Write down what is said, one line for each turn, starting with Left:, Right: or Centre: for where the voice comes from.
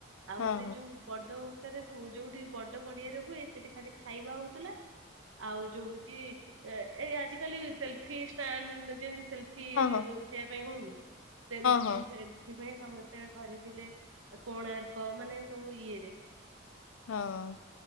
Right: ଆଉ
Left: ହଁ
Right: ସେ ଯୁ ବଡ ହଉ ଯଉଠି ବଡ ପଡିଆରେ ହୁଏ ସେଠି ଖାଲି ଖାଇବା ହଉଥିଲା। ଆଉ ଯୁ ହଉଚି ଏ ଆଜିକାଲି ସେଲଫିଷ୍ଟାଣ୍ଡ ଯେମତି ସେ ଫି
Left: ହଁ ହଁ ହଁ ହଁ ହଁ ହଁ ହଁ
Right: ଉଠେଇବା ପାଇଁ ହଉନି ସେମତି
Left: ହଁ
Right: ସେ। ସେଥି ପାଇଁ ସମସ୍ତେ କରିଥିଲେ କୋଣାର୍କ ମାନେ ସବୁ ଇଏରେ।
Left: ହଁ।